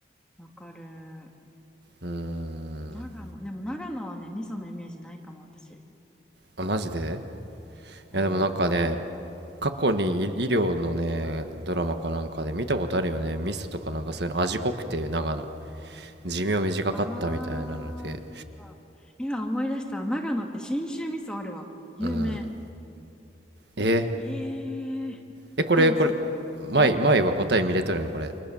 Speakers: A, in the centre; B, on the right.
A: わかる。
B: うーん。
A: 長野。でも長野はね、味噌のイメージないかも、私。
B: あ、マジで
A: うん。
B: いやでもなんかね、
A: あ、
B: 過去に医医療のね、
A: うん。
B: ドラマかなんかで見たことあるよね。味噌とかなんかそういうの味濃くて、長野。寿命短かったみたいなので。
A: あー。今思い出したわ。長野って信州味噌あるわ。有名。
B: うん。え、
A: えー。
B: え、これ、
A: でもそ、
B: これ、
A: ん
B: 前、前は答え見れとるんこれ。
A: 何